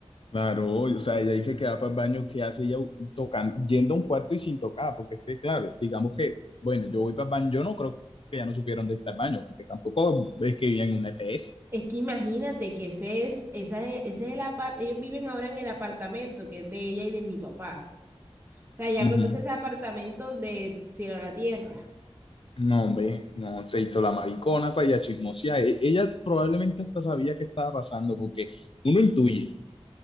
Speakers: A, on the left; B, on the right.
A: Claro, o sea, ella dice que va para el baño, ¿qué hace ella tocando, yendo a un cuarto y sin tocar? Porque es que, claro, digamos que, bueno, yo voy para el baño, yo no creo que ya no supieron dónde está el baño, porque tampoco es que vivían en una EPS.
B: Es que imagínate que ese es, esa es- ese es el apart, ellos viven ahora en el apartamento que es de ella y de mi papá. O sea, ya
A: Ujú.
B: conoces apartamentos de cielo a la tierra.
A: No, hombre, no, se hizo la maricona para ir a chismosear. E- Ella probablemente hasta sabía qué estaba pasando, porque uno intuye,